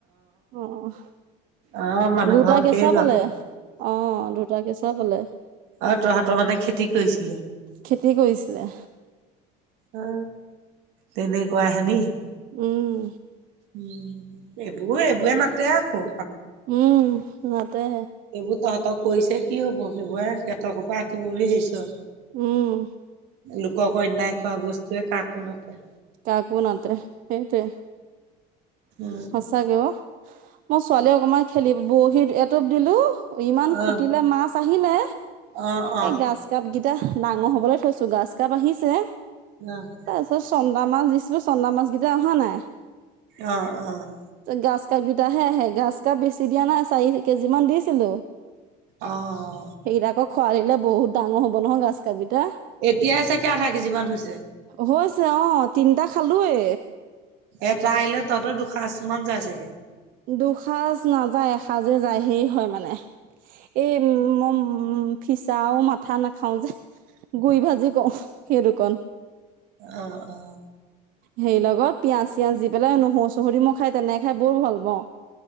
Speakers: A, on the right (about 50°); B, on the right (about 65°).
A: অ'!
B: অ' মানুহ
A: দুটা
B: ঘৰ
A: কেঁচুৱা
B: সেই ঘৰ
A: পালে, অ'! দুটা কেঁচুৱা পালে।
B: অ'! তহঁতৰ মানে, খেতি কৰিছিলে?
A: খেতি কৰিছিলে।
B: অ'! তেনেকুৱা <unintelligible>
A: উম!
B: উম, এইবোৰে- এইবোৰে মাতে, আকৌ।
A: উম, মাতে।
B: সেইবোৰ তহঁতক কৰিছে, কি হ'ব! সেইবোৰে সিহঁতৰ ঘৰ পৰা, আঁতৰিব বুলি ভাবিছ।
A: উম
B: লোকক অন্যায় কৰা বস্তুয়ে কাকো নাতে।
A: কাকো নাতে, সেইটোৱে!
B: অ'
A: সঁচাকে অ'! মই, ছোৱালীয়ে অকমান খেলি, বৰশী এটোপ দিলোঁ, ইমান
B: অ'
A: খুটিলে মাছ! আহিলে?
B: অ' অ'
A: এ, গাছ কাপ কেইটা ডাঙৰ হ'বলৈ থৈছোঁ, গাছ কাপ আহিছে।
B: <unintelligible>
A: তাৰপিছত, চন্দা মাছ দিছিলোঁ, চন্দা মাছ কেইটা অহা নাই।
B: অ' অ'!
A: গাছ কাপ কিটাহে আহে। গাজ কাপ বেছি দিয়া নাই, চাৰি কেজি মান দিছিলোঁ।
B: অ' অ'!
A: সেইকেইটা আকৌ, খোৱাই দিলে বহুত ডাঙৰ হ'ব নহয়, গাছ কাপ কিটা।
B: এতিয়াই চাগে, আধা কেজি মান হৈছে।
A: হৈছে অ'! তিনিটা খালোৱে।
B: এটা আহিলে, তহঁতৰ দুসাঁজ মান যায় চাগে?
A: দুসাঁজ নাযায়, এসাঁজে যায়, সেই হয় মানে। এই, <unintelligible> ফিচাও মাথা নাখাওঁ যে, গুই ভাজি ক সেইটো কণ
B: অ অ
A: সেই লগত পিয়াজ চিয়াজ দি পেলাই নহৰু চহৰু দি মই খাই তেনেকে খাই বৰ ভাল পাওঁ